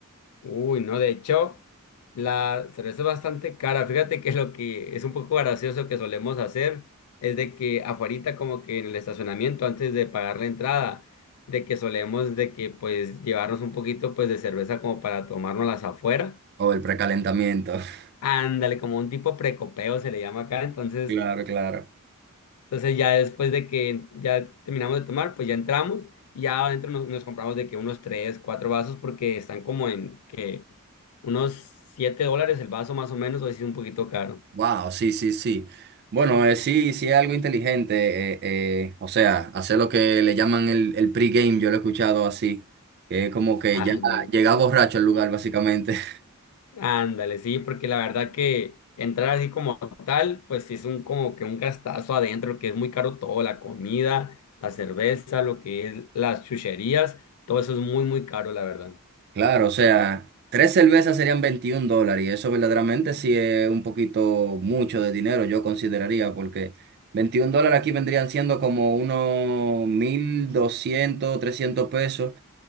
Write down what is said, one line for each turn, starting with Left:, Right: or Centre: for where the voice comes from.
Left: Uy, no, de hecho, la cerveza es bastante cara. Fíjate que lo que es un poco gracioso que solemos hacer es de que afuerita como que en el estacionamiento antes de pagar la entrada, de que solemos de que pues llevarnos un poquito pues de cerveza como para tomárnoslas afuera.
Right: O el precalentamiento. <laughs>
Left: Ándale, como un tipo precopeo se le llama acá. Entonces,
Right: Claro, claro.
Left: entonces ya después de que ya terminamos de tomar, pues ya entramos y ya adentro nos, nos compramos de que unos tres, cuatro vasos porque están como en que unos siete dólares el vaso más o menos, o así es un poquito caro.
Right: Wow, sí, sí, sí. Bueno, eh, sí, sí es algo inteligente. eh, eh, o sea, hacer lo que le llaman el, el pre-game, yo lo he escuchado así. Que es como que
Left: Ándale,
Right: ya llega borracho al lugar, básicamente. <laughs>
Left: ándale, sí, porque la verdad que entrar así como tal, pues sí es un como que un gastazo adentro, que es muy caro todo, la comida, la cerveza, lo que es las chucherías, todo eso es muy, muy caro, la verdad.
Right: Claro, o sea, tres cervezas serían 21 dólares. Y eso verdaderamente sí es un poquito mucho de dinero, yo consideraría, porque 21 dólares aquí vendrían siendo como unos mil doscientos trescientos pesos.